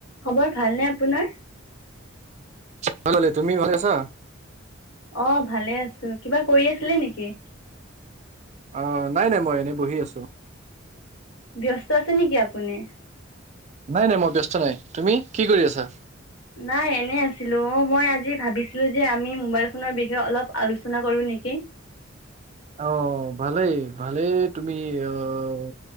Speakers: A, on the left; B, on the right.
A: খবৰ ভালনে আপোনাৰ?
B: ভাল তুমি ভাল আছা?
A: অ ভালে আছো কিবা কৰি আছিলে নেকি
B: অ নাই নাই মই এনেই বহি আছো।
A: ব্যস্ত আছে নেকি আপুনি।
B: নাই নাই মই ব্যস্ত নাই তুমি কি কৰি আছা
A: নাই এনে অ মই আজি ভাবিছিলো যে আমি মোবাইল ফোনৰ বিষয়ে অলপ আলোচনা কৰো নেকি
B: অ ভালেই ভালেই তুমি আহ